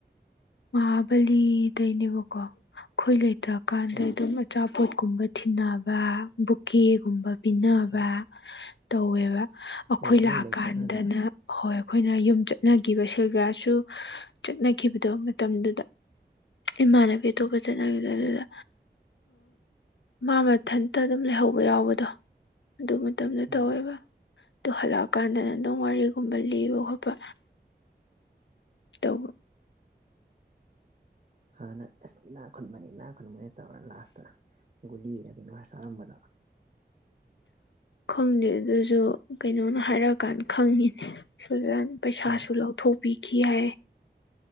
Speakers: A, on the left; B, on the right.
A: ꯃꯍꯥꯕꯂꯤꯗꯩꯅꯦꯕꯀꯣ ꯑꯩꯈꯣꯏ ꯂꯩꯇ꯭ꯔꯀꯥꯟꯗ
B: ꯑꯥ
A: ꯑꯗꯨꯝ ꯑꯆꯥꯄꯣ ꯄꯣꯠꯀꯨꯝꯕ ꯊꯤꯟꯅꯕ ꯕꯨꯛꯀꯦꯒꯨꯝꯕ ꯄꯤꯅꯕ
B: ꯑꯥ
A: ꯇꯧꯋꯦꯕ ꯑꯈꯣꯏ
B: ꯅꯣꯏ ꯅꯣꯏ
A: ꯂꯥꯛꯑꯀꯥꯟꯗꯅ
B: ꯂꯩꯇ꯭ꯔꯀꯥꯟꯗ
A: ꯍꯣꯏ ꯑꯩꯈꯣꯏꯅ ꯌꯨꯝ ꯆꯠꯅꯒꯤꯕ ꯁꯤꯜꯚꯤꯌꯥꯁꯨ ꯆꯠꯅꯈꯤꯕꯗꯣ ꯃꯇꯝꯗꯨꯗ ꯏꯃꯥꯟꯅꯕꯤ ꯑꯇꯣꯞꯄ ꯆꯠꯅꯈꯤꯕ ꯑꯗꯨꯗ ꯃꯥ ꯃꯊꯟꯇ ꯑꯗꯨꯝ ꯂꯩꯍꯧꯕ ꯌꯥꯎꯕꯗꯣ ꯑꯗꯨ ꯃꯇꯝꯗ
B: ꯎꯝ
A: ꯇꯧꯋꯦꯕ ꯇꯨ ꯍꯜꯂꯛꯑꯀꯥꯟꯗꯅ ꯅꯪ ꯋꯥꯔꯤꯒꯨꯝꯕ ꯂꯤꯕ ꯈꯣꯠꯄ
B: <inaudible>
A: ꯇꯧꯕ
B: ꯍꯥꯟꯅ ꯑꯁ ꯏꯅꯥ ꯈꯨꯟꯕꯅꯤ ꯏꯅꯥ ꯈꯨꯟꯕꯅꯤ ꯇꯧꯔ ꯂꯥꯁꯇ ꯒꯨꯂꯤꯔ ꯀꯩꯅꯣ ꯍꯥ ꯆꯥꯔꯝꯕꯗ
A: ꯈꯪꯗꯦ ꯑꯗꯨꯁꯨ ꯀꯩꯅꯣꯅ ꯍꯥꯏꯔꯛꯑꯀꯥꯟꯗ ꯈꯪꯉꯤꯅꯦ ꯁꯤꯜꯚꯤꯌꯥꯅ ꯄꯩꯁꯥꯁꯨ
B: ꯑꯗ
A: ꯂꯧꯊꯣꯛꯄꯤꯈꯤ ꯍꯥꯏ